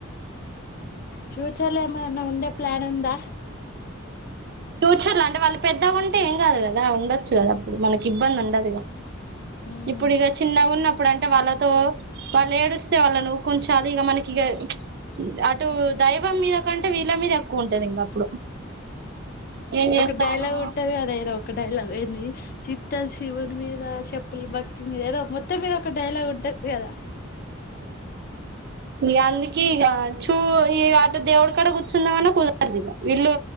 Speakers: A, on the left; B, on the right.
A: ఫ్యూచర్ లో ఏమన్నా ఉండే ప్లాన్ ఉందా.
B: ఫ్యూచర్ లో అంటే వాళ్ళు పెద్దగా ఉంటే ఏం కాదు కదా ఉండొచ్చు కదా అప్పుడు మనకి ఇబ్బంది ఉండదు. ఇక
A: మ్
B: ఇప్పుడు ఇక చిన్నగా ఉన్నప్పుడు అంటే వాళ్ళతో వాళ్ళు ఏడుస్తే వాళ్ళ ను ఉంచాలి ఇక మనకి ఇక అటు దైవం మీద కంటే వీళ్ళ మీద ఎక్కువ ఉంటది ఇంక అప్పుడు ఏం చేస్తారు
A: ఒక డైలాగ్ ఉంటంది. కదా ఏదో ఒక డైలాగ్ ఏంది. చిత్తము శివుని మీద చెప్పులు భక్తి మీద ఏదో మొత్తం మీద ఒక డైలాగ్ ఉంటది కదా.
B: ఈ అందుకే ఇగ చూ ఈ అటు దేవుడి కడ కూర్చుందామన్నా కుదరదు. ఇక వీళ్ళు